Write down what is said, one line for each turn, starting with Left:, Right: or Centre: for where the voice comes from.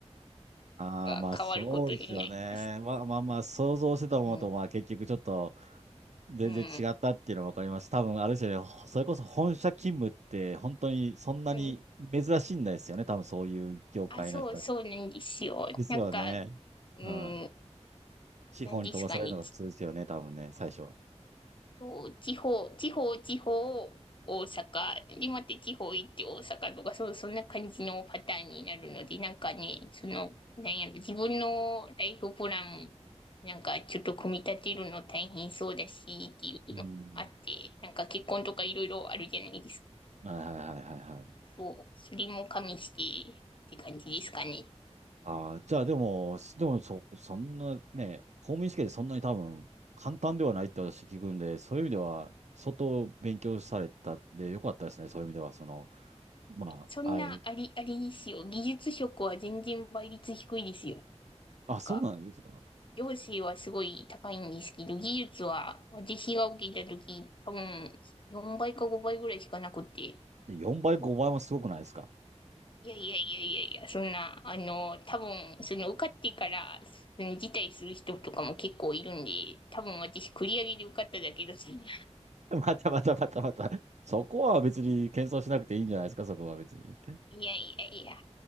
Right: ああ、
Left: なんか変わることになりました。
Right: まあそうですよね。まあまあまあ、想像してたものと、
Left: うん。
Right: まあ結局ちょっと全然違ったっていうのが分かります。
Left: うん。
Right: 多分あれですよね、ほそれこそ本社勤務って本当にそんなに珍しいんですよね。
Left: はい
Right: 多分そういう業界の人たち。
Left: あ、そう、そうなんですよ。
Right: ですよね。
Left: なんか、うん、
Right: うん。地方に飛ばされるのが普通ですよね、
Left: なんですかね。ち
Right: 多分ね、最初は。
Left: そう、地方、地方、地方、大阪。で、また地方行って大阪とか、そう、そんな感じのパターンになるので、なんかね、その、なんやろ、自分のライフプラン、なんかちょっと組み立てるの大変そうだし、っていうのあって、
Right: うん。
Left: なんか結婚とかいろいろあるじゃないですか。
Right: はいはいはいはいはい。
Left: そう、それも加味して、って感じですかね。
Right: ああ、じゃあでも、でもそ、そんなね、公務員試験でそんなに多分簡単ではないって私聞くんで、そういう意味では、相当勉強されたんでよかったですね。そういう意味では、その、まあ、
Left: そんなあり、
Right: あれ、
Left: ありですよ。技術職は全然倍率低いですよ。
Right: あ、
Left: なんか、
Right: そうなんですか。
Left: 行政はすごい高いんですけど、技術は私が受けた時多分4倍か5倍ぐらいしかなくて。
Right: よんばい4倍、
Left: そう
Right: 5倍もすごくないですか。
Left: いやいやいやいやいや、そんな、あの、多分、その受かってから、その辞退する人とかも結構いるんで、多分私繰り上げで受かっただけど、そんな。
Right: <laughs> またまたまたまた。そこは別に謙遜しなくていいんじゃないですか、そこは別に。
Left: いやいやいや、